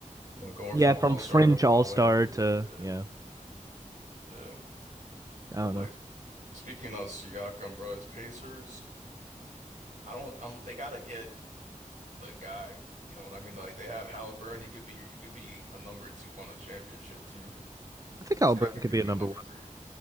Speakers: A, on the right; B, on the right.
A: You know, going
B: Yeah,
A: from
B: from
A: All-Star
B: fringe
A: to
B: all
A: All-NBA,
B: star to yeah,
A: yeah, yeah.
B: I don't
A: But like
B: know.
A: speaking of Siakam, bro, it's Pacers. I don't, I don't they gotta get the guy. You know what I mean? Like they have Halliburton, he could be he could be a number two on a championship team.
B: I think Halliburton
A: Siakam
B: could
A: could
B: be
A: be
B: a number
A: a number
B: one.
A: three.